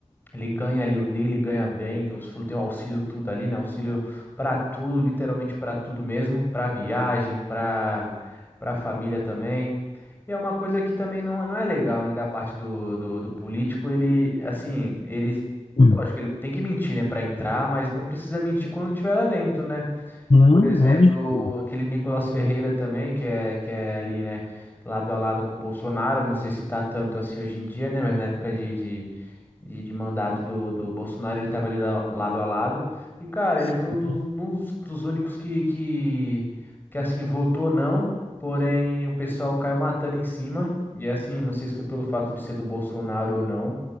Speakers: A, on the left (about 15°); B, on the left (about 55°).
A: Ele ganha ali o dele, ganha bem, Deus falou, tem um auxílio tudo ali, né? Auxílio pra tudo, literalmente pra tudo mesmo, pra viagem, pra para família também. E é uma coisa que também não, não é legal, né, da parte do, do, do político, ele assim, ele
B: Hum.
A: lógico que ele tem que mentir, né, Pra entrar, mas não precisa mentir quando estiver lá dentro, né?
B: Não,
A: Por exemplo,
B: lógico.
A: aquele Nicolas Ferreira também, que é, que é ali, né, lado a lado com o Bolsonaro, não sei se tá tanto assim hoje em dia, né, mas na época de, de, de, de mandato do, do Bolsonaro ele tava ali da- lado a lado. E, cara,
B: Sim,
A: ele foi um dos, um dos dos únicos que, que, que, assim, votou não, porém o pessoal caiu matando em cima. E, assim, não sei se foi pelo fato de ser do Bolsonaro ou não.